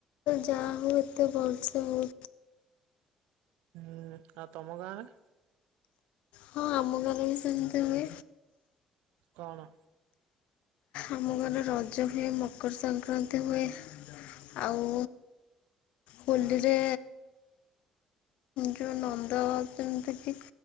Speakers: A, on the left (about 80°); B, on the right (about 85°).
A: ଯାହା ହଉ ଏତେ ଭଲସେ ହଉ
B: ହୁଁ ଆଉ ତମ ଗାଁରେ?
A: ହଁ ଆମ ଘାରେ ବି ସେମିତି ହୁଏ।
B: କଣ?
A: ଆମ ଘରେ ରଜ ହୁଏ ମକର ସଂକ୍ରାନ୍ତି ହୁଏ ଆଉ ହୋଲିରେ ଯୋଉ ନନ୍ଦ ଯେମିତି କି